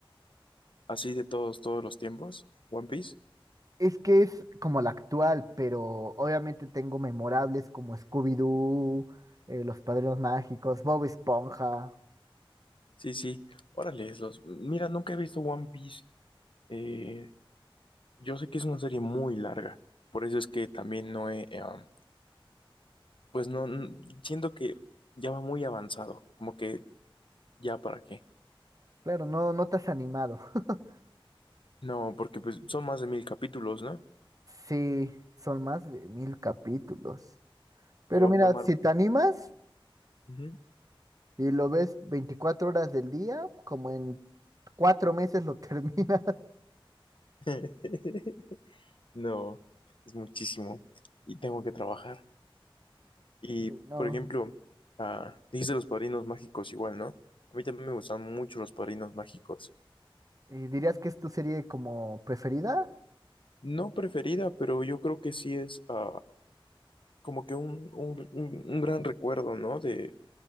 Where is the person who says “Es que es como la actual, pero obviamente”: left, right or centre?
Right